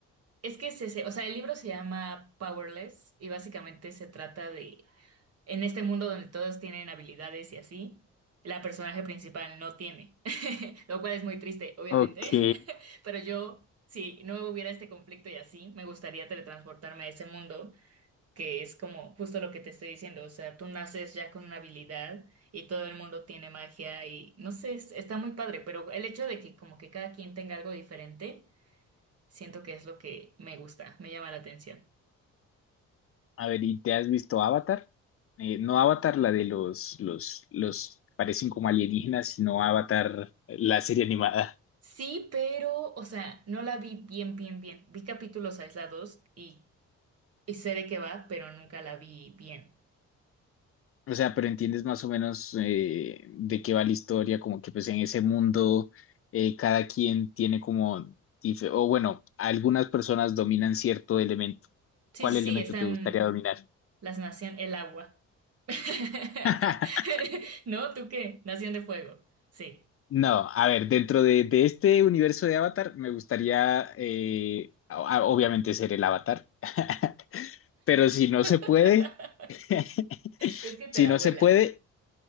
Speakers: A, on the right (about 55°); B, on the left (about 50°).
A: Es que se, se- o sea, el libro se llama Powerless y básicamente se trata de En este mundo donde todos tienen habilidades y así, la personaje principal no tiene, <laughs> lo cual es muy triste, obviamente,
B: Ok.
A: <laughs> pero yo, si no hubiera este conflicto y así, me gustaría teletransportarme a ese mundo, que es como justo lo que te estoy diciendo, o sea, tú naces ya con una habilidad y todo el mundo tiene magia y no sé, es- está muy padre, pero el hecho de que como que cada quien tenga algo diferente, siento que es lo que me gusta, me llama la atención.
B: A ver, ¿y te has visto Avatar? Eh, no Avatar, la de los, los, los, parecen como alienígenas, sino Avatar, eh, la serie animada.
A: Sí, pero, o sea, no la vi bien, bien, bien. Vi capítulos aislados y, y sé de qué va, pero nunca la vi bien.
B: O sea, pero entiendes más o menos eh, de qué va la historia, como que pues en ese mundo eh, cada quien tiene como, dif- o bueno, algunas personas dominan cierto elemento.
A: Sí,
B: ¿Cuál
A: sí,
B: elemento
A: sí, están
B: te gustaría dominar?
A: las naciones, el agua. <laughs>
B: <laughs>
A: ¿No? ¿Tú qué? Nación de Fuego. Sí.
B: No, a ver, dentro de, de este universo de Avatar me gustaría eh, a- a- obviamente ser el Avatar, <laughs> pero si no
A: <laughs>
B: se puede, <laughs>
A: Es que te
B: si
A: la
B: no
A: vuelas.
B: se puede,